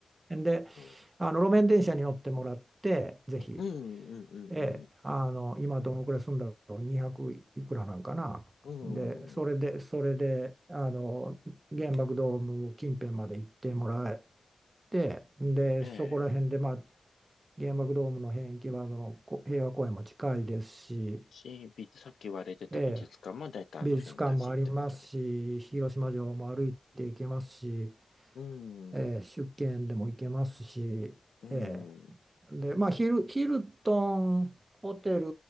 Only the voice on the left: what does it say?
うん
うんうんうん。うんうんん
うん
ええ。
し、美、さっき言われてた美術館も大体あの辺だしってことで
うん、うん。
うん